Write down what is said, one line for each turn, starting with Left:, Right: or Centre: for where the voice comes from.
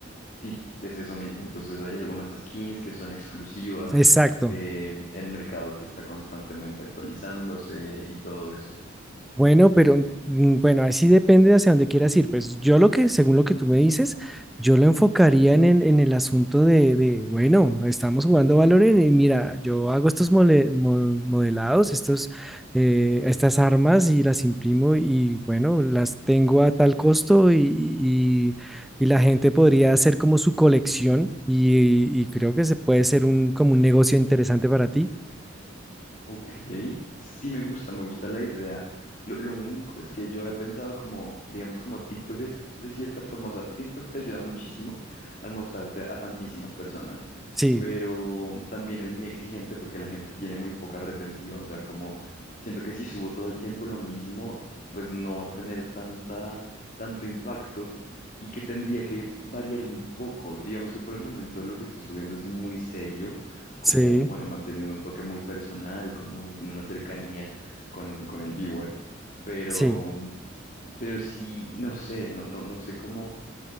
Left: Sí, es eso mismo. Entonces hay algunas skins que son exclusivas,
Centre: Exacto.
Left: eh, el mercado que está constantemente actualizándose y todo eso.
Centre: Bueno, pero mm, bueno, así depende de hacia dónde quieras ir. Pues yo lo que, según lo que tú me dices, yo lo enfocaría en el, en el asunto de, de, bueno, estamos jugando Valorant y mira, yo hago estos mole- mo- modelados, estos, eh, estas armas y las imprimo y bueno, las tengo a tal costo y, y- y la gente podría hacer como su colección y, y creo que se puede ser un, como un negocio interesante para ti.
Left: Ok, sí me gusta, me gusta la idea. Lo, lo único es que yo he pensado como, digamos, como TikTok es de cierta forma, o sea, TikTok te ayuda muchísimo al mostrarte a tantísimas personas,
Centre: Sí,
Left: pero también es muy exigente porque la gente tiene muy poca retentiva, o sea, como siento que si subo todo el tiempo lo mismo, pues no va a tener tanta, tanto impacto y que tendría que variar un poco. Digamos que por el momento lo que estoy subiendo es muy serio como,
Centre: sí,
Left: bueno, manteniendo un toque muy personal, como una cercanía con, con el viewer, pero,
Centre: sí.
Left: mm, pero sí, no sé, no, no, no sé cómo,